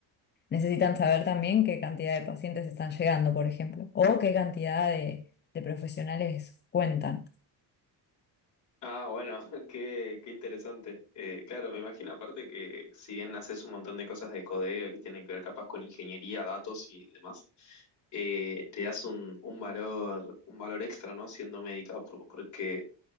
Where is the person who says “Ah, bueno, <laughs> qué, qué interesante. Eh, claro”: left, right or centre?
Left